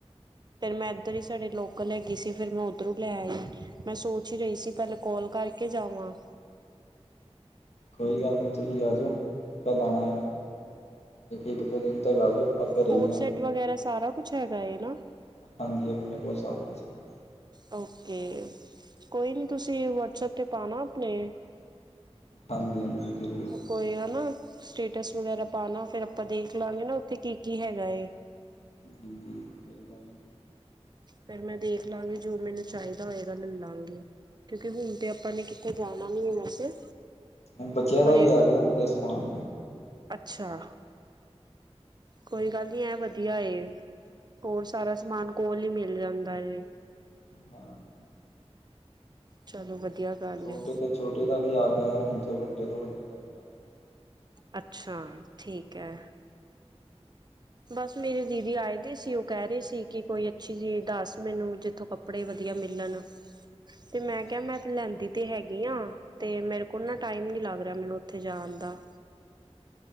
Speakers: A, on the right (about 40°); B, on the left (about 75°).
A: ਫਿਰ ਮੈਂ ਇੱਧਰ ਹੀ ਸਾਡੇ ਲੋਕਲ ਹੈਗੀ ਸੀ ਫ਼ੇਰ ਮੈਂ ਔਧਰੋਂ ਲੈ ਆਈ, ਮੈਂ ਸੋਚ ਹੀ ਰਹੀ ਸੀ ਪਹਿਲੇ ਕਾਲ ਕਰਕੇ ਜਾਵਾਂ।
B: ਕੋਈ ਗੱਲ ਨਹੀਂ ਤੁਸੀਂ ਆ ਜਾਓ ਕਦ ਆਣਾ ਹੈ। ਇੱਕ-ਦੋ ਦਿਨ ਤੱਕ ਆ ਜਾਓ। ਘਰੇ
A: ਕੋਟ
B: ਹੀ ਹਾਂ
A: ਸੈਟ ਵਗੈਰਾ ਸਾਰਾ ਕੁਛ ਹੈਗਾ ਏ ਨਾ।
B: ਹਦੀ ਆਪਣੇ ਕੋਹੁ ਸਾਬ ਮੁਛੇ, <unintelligible>
A: ਓਕੇ ਕੋਈ ਨਹੀਂ ਤੁਸੀਂ ਵਟਸਐਪ ਤੇ ਪਾਣਾ ਆਪਣੇ
B: ਹਾਂਜੀ-ਹਾਂਜੀ ਜ਼ਰੂਰ।
A: ਕੋਈ ਹਨਾ ਸਟੇਟਸ ਵਗੈਰਾ ਪਾਣਾ ਫੇਰ ਆਪਾਂ ਦੇਖ ਲਾਂਗੇ ਨਾ ਉੱਥੇ ਕੀ ਕੀ ਹੈਗਾ ਏ।
B: ਜੀ-ਜੀ ਸਈ ਗੱਲ।
A: ਫੇਰ ਮੈਂ ਦੇਖ ਲਾਂਗੀ ਜੋ ਮੈਨੂੰ ਚਾਹੀਦਾ ਹੋਏਗਾ ਲਲਾਂਗੀ। ਕਿਉਂਕਿ ਹੁਣ ਤੇ ਆਪਾਂ ਨੇ ਕਿਤੇ ਜਾਣਾ ਨੀ ਵੈਸੇ।
B: ਹੁਣ ਬੱਚਿਆਂ
A: ਪਰ
B: ਦਾ
A: ਇੱਕ
B: ਵੀ ਆ ਗਿਆ ਹੁਣ ਤੇ ਸਮਾਨ।
A: ਅੱਛਾ ਕੋਈ ਗੱਲ ਨੀ ਐ ਵਧੀਆ ਏ ਹੋਰ ਸਾਰਾ ਸਮਾਨ ਕੋਲ ਹੀ ਮਿਲ ਜਾਂਦਾ ਏ।
B: ਹੂੰ ਹਾ।
A: ਚਲੋ ਵਧੀਆ। ਗੱਲ
B: ਛੋਟੇ
A: ਏ।
B: ਤੋਂ ਛੋਟੇ ਦਾ ਵੀ ਆ ਗਿਆ ਹੁਣ ਤੇ ਵੱਡੇ ਤੋਂ ਵੱਡੇ ਦਾ ਵੀ ਆਗਿਆ।
A: ਅੱਛਾ, ਠੀਕ ਹੈ। ਬਸ ਮੇਰੀ ਦੀਦੀ ਆਏ ਦੇ ਸੀ ਉਹ ਕਹਿ ਰਹੇ ਸੀ ਕਿ ਕੋਈ ਅੱਛੀ ਚੀਜ਼ ਦੱਸ ਮੈਨੂੰ ਜਿੱਥੋਂ ਕਪ ਕੱਪੜੇ ਵਧੀਆ ਮਿਲਣ ਤੇ ਮੈਂ
B: ਅੱਛਾ
A: ਕਿਹਾ ਮੈਂ ਲੈਂਦੀ- ਤੇ ਹੈਗੀ ਆ, ਤੇ ਮੇਰੇ ਕੋਲ ਨਾ ਟਾਈਮ ਨੀ ਲੱਗ ਰਿਹਾ ਮੈਨੂੰ ਉੱਥੇ ਜਾਣ ਦਾ।